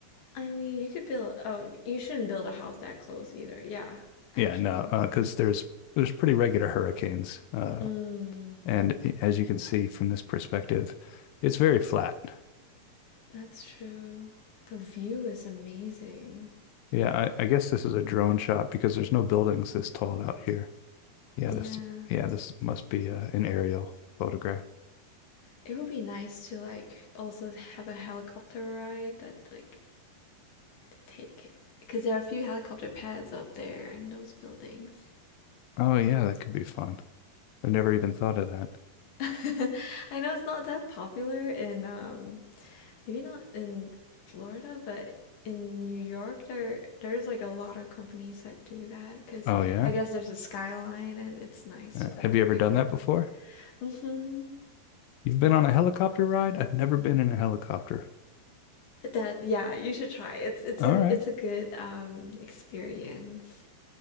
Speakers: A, on the left; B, on the left.
A: I mean, you could build oh, you shouldn't build a house that close either. Yeah, actually.
B: Yeah, no, uh, 'cause
A: like,
B: there's there's pretty regular hurricanes, uh,
A: mm,
B: and i- as you can see from this perspective, it's very flat.
A: that's true. The view is amazing.
B: Yeah, I, I guess this is a drone shot because there's no buildings this tall out here. Yeah,
A: Yeah.
B: this yeah, this must be uh, an aerial photograph.
A: It would be nice to like also have a helicopter ride that like to take because there are a few helicopter pads up there in those buildings.
B: Oh yeah, that could be fun. I've never even thought of that.
A: <laughs> I know it's not that popular in um maybe not in Florida, but in New York there there's like a lot of companies that do that because
B: Oh yeah?
A: I guess there's a skyline and it's nice
B: Yeah.
A: to like
B: Have you ever
A: ride
B: done
A: around.
B: that before?
A: Mm-hmm.
B: You've been on a helicopter ride? I've never been in a helicopter.
A: That yeah, you should try. It's it's
B: All
A: an
B: right.
A: it's a good um experience.